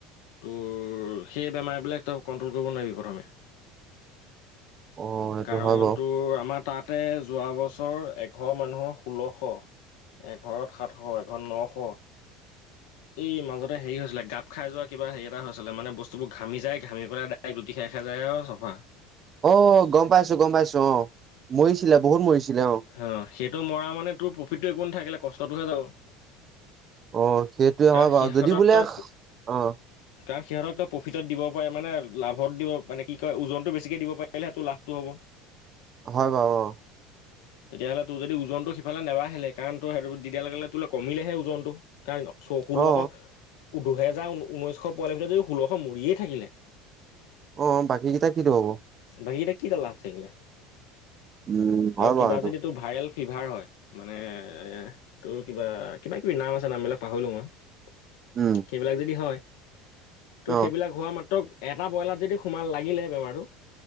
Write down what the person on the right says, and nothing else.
অ', সেইটো
হয় বাৰু
অ' গম পাইছো গম পাইছো অ, মৰিছিলে বহুত মৰিছিলে অ'।
অ', সেইটোয়ে
হয় বাৰু
যদি বোলে,
অ'
হয় বাৰু অ'।
অ
অ' বাকীকেইটা কিটো হ'ব?
উম। হয়
বাৰু সেইটো
উম
অ